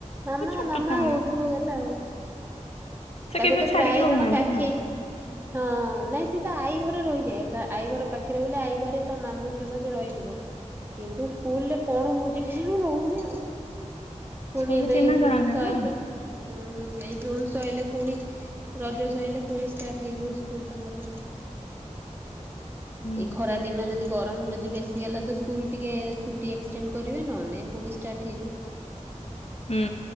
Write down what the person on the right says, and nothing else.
ମାମା
ମାମା
ହଉଥିବ ଗଲା ଆଉ
ତାକୁ
ତ
ପ୍ରାୟ
ଜଣ କାଖେଇ
ହଁ ନାଇଁ ସିଏ ତ ଆଈ ଘର ରହିଯାଏ ତା ଆଈ ଘର ପାଖରେ ବୋଲି ଆଇ ଘରେ ତା ମାମୁ ଥିବ ସେ ରହିଯିବ କିନ୍ତୁ ସ୍କୁଲରେ କଣ ହଉଛି କେଜାଣି ରହୁନି ଆଉ ପୁଣି
ଏବେ
ଏଇ ଜୁନ୍
ଛଅ
ଆଇଲେ ହୁଁ ଏଇ ଜୁନ୍ ଛଅ ଆଇଲେ ପୁଣି ରଜ ସଇଲେ ପୁଣି ଷ୍ଟାର୍ଟ ହେଇଯିବ ସ୍କୁଲ ତାଙ୍କର
ଏଇ ଖରା ଦିନ ଯଦି ଗରମ ଯଦି ବେଶୀ ସି ହେଲା ତ ସ୍କୁଲ ଟିକେ ଛୁଟି ଏକ୍ସଟେଣ୍ଡ କରିବେ ନହେଲେ ନାଇଁ ପୁଣି ଷ୍ଟାର୍ଟ ହେଇଯିବ।